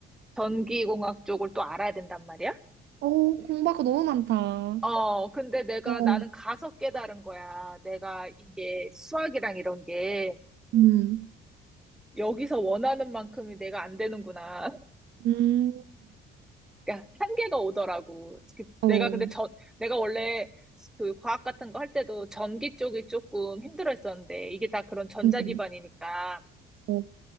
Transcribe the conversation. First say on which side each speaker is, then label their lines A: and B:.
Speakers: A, in the centre; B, on the right.
A: 전기공학 쪽을 또 알아야 된단 말이야.
B: 어, 공부할 거 너무 많다.
A: 어, 근데 내가
B: 어,
A: 나는 가서 깨달은 거야. 내가 이게 수학이랑 이런 게
B: 음,
A: 여기서 원하는 만큼이 내가 안 되는구나.
B: 음,
A: 그러니까 한계가 오더라고. 그-
B: 어,
A: 내가 근데 전, 내가 원래 그 과학 같은 거 할 때도 전기 쪽이 조금 힘들어 했었는데, 이게 다 그런 전자
B: 음,
A: 기반이니까.
B: 어,